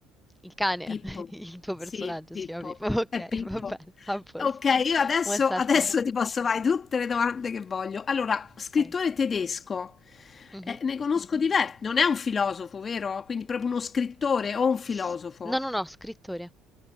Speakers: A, in the centre; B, on the left (about 35°).
A: Il cane,
B: Pippo.
A: <laughs> il tuo
B: Sì,
A: personaggio
B: Pippo.
A: si chiama Pippo. <laughs> Ok,
B: È Pippo.
A: va bene, a posto.
B: Ok, io adesso,
A: Vuoi Satya?
B: adesso ti posso fare tutte le domande che voglio. Allora, scrittore
A: Vai.
B: tedesco.
A: Mhm.
B: Eh, ne conosco diversi. Non è un filosofo, vero? Quindi proprio uno scrittore o un filosofo.
A: S- No, no, no, scrittore.